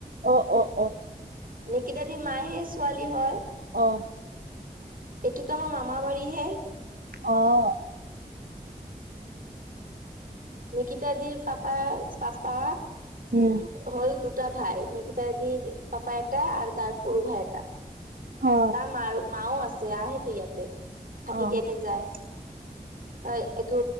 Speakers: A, on the right; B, on the right.
A: অ অ অ
B: নেকিতা দি মা হে ছোৱালী হয়।
A: অ
B: এইটোতো আমাৰ মামা বাৰী হে।
A: অহ
B: নিকিতা দিৰ পাপা পাপা
A: উম
B: হ'ল দুটা ভাই, নিকিতা দিৰ পাপা এটা আৰু তাৰ সৰু ভাই এটা।
A: অ
B: তাৰ মাৰ মাও আছে আহেতো ইয়াতে, থাকি
A: অ
B: কেনে যায়। অ এটো